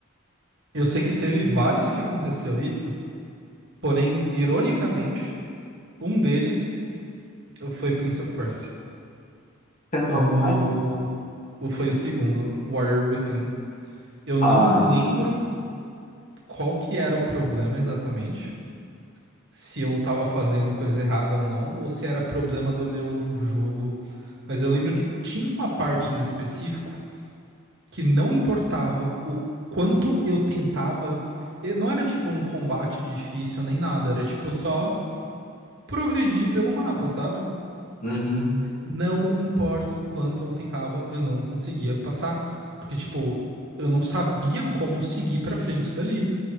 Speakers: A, on the right; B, on the left.
A: eu sei que teve vários que aconteceu isso, porém, ironicamente, um deles foi Prince of Persia.
B: Sands
A: O...
B: of Time?
A: o- Foi o segundo, Warrior Within. Eu
B: Ah,
A: não lembro qual que era o problema exatamente, se eu tava fazendo coisa errada ou não, ou se era problema do meu jogo. Mas eu lembro que tinha uma parte em específico que não importava o quanto eu tentava. e Não era tipo um combate difícil nem nada, era tipo só. progredir pelo mapa, sabe?
B: uhum,
A: Não importa o quanto eu tentava, eu não conseguia passar. Porque, tipo, eu não sabia como seguir pra frente dali.